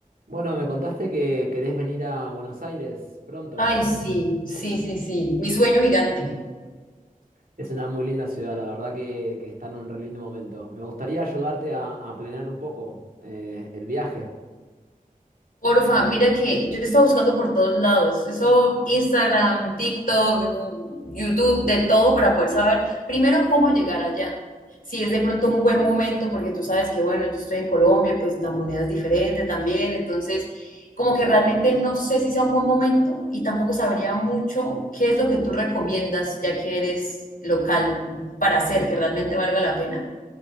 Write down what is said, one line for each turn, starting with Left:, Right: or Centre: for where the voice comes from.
Right: Bueno, me contaste que querés venir a Buenos Aires pronto.
Left: Ay, sí, sí, sí, sí. Mi sueño gigante.
Right: Es una muy linda ciudad, la verdad que, que está en un re lindo momento. Me gustaría ayudarte a, a planear un poco eh, el viaje.
Left: Porfa, mira que yo estaba buscando por todos lados. Eso, Instagram, TikTok, mm, YouTube, de todo para poder saber primero cómo llegar allá. Si es de pronto un buen momento, porque tú sabes que, bueno, yo estoy en Colombia, pues la moneda es diferente también. Entonces, como que realmente no sé si sea un buen momento y tampoco sabría mucho qué es lo que tú recomiendas, ya que eres local, para hacer que realmente valga la pena.